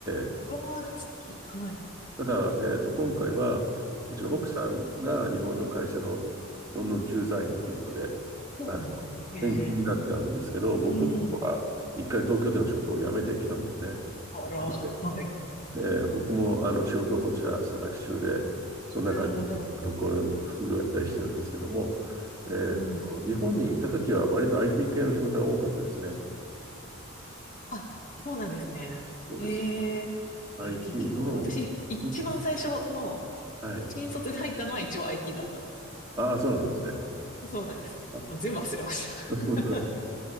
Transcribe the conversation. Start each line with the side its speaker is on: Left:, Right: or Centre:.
Right: て、
Left: うわあ、素敵。はい。
Right: ただ、えーと、今回は、うちの奥さんが日本の会社のロンドン駐在員ということで、
Left: うんそうなんですね。
Right: あの、
Left: へえ。
Right: 転勤になったんですけど、僕の方は一回東京での仕事を辞めてきたんですね。
Left: うん。
Right: な
Left: あら、
Right: ので、
Left: はい。
Right: えー僕もあの仕事をこちら探し中で、そんな感じで、
Left: なるほど。
Right: あのこれ副業やったりしてるんですけども、えーと、
Left: うん。
Right: 日本にいた時は割と
Left: うん
Right: IT 系の仕事が多かったですね。
Left: あ、そうなんですね。
Right: そうです。
Left: ええ
Right: IT
Left: IT 系か。
Right: の、
Left: 私、一番最初の、
Right: うん、はい。
Left: 新卒で入ったのは一応 IT だったんです
Right: ああ、そうなんですね。
Left: よ。そうなんです。
Right: あ
Left: もう全部忘れまし
Right: <laughs>
Left: た。